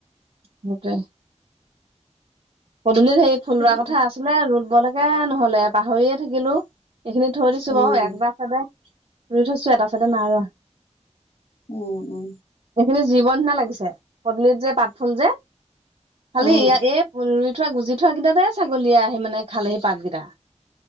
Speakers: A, on the right; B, on the left.
A: সেইটোৱে। পদূলিত হেৰি ফুল
B: সেইটোকে।
A: ৰুৱা কথা আছিলে ৰুবলৈকে নহ'লে পাহৰিয়ে থাকিলো। এইখিনি থৈ দিছো
B: উম
A: বাৰু একটা চাইডে ৰুই থৈছো এটা চাইডে নাই ৰুৱা।
B: উম- উম।
A: সেইখিনি জীৱ নিচিনা লাগিছে পদূলিত যে পাতফুল যে খালি
B: উম
A: ইয়াৰ এই ৰুই থোৱা গুজি থোৱাকেইটাতে ছাগলীয়ে আহি মানে খালেহি পাতকেইটা।